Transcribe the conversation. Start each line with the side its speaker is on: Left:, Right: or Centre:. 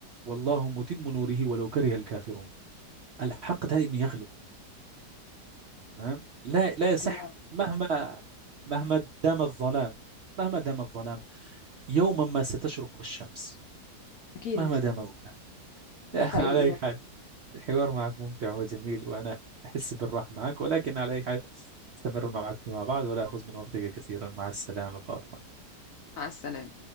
Right: والله متم نوره ولو كره الكافرون الحق دائما يغلب تمام لا لا يصح
Left: الله
Right: مهما مهما دام الظلام مهما دام الظلام يوما ما ستشرق الشمس
Left: اكيد
Right: مهما دام الظلام
Left: ده
Right: <laughs>
Left: حقيقي
Right: على أي
Left: والله.
Right: حال الحوار معك ممتع وجميل وأنا أحس بالراحة معك ولكن على أي حال استمر معك فيما بعد ولا أخذ من وقتك كثيرا مع السلامة فاطمة
Left: مع السلامه